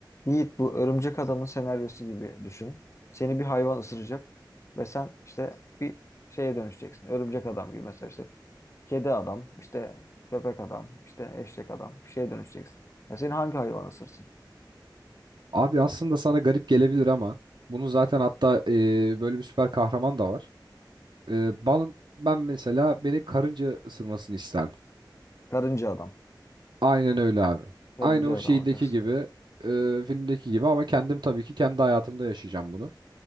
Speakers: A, on the left; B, on the right.
A: Yiğit bu Örümcek Adam'ın senaryosu gibi düşün. Seni bir hayvan ısıracak ve sen işte bir şeye dönüşeceksin. Örümcek adam gibi mesela işte kedi adam, işte köpek adam, işte eşek adam bir şeye dönüşeceksin. Ya seni hangi hayvan ısırsın?
B: Abi aslında sana garip gelebilir ama bunu zaten hatta e, böyle bir süper kahraman da var. E, ben, ben mesela beni karınca ısırmasını isterdim.
A: Karınca adam.
B: Aynen öyle abi.
A: Karınca
B: Aynı o
A: adam
B: şeydeki
A: olacaksın.
B: gibi, e, filmdeki gibi ama kendim tabii ki kendi hayatımda yaşayacağım bunu.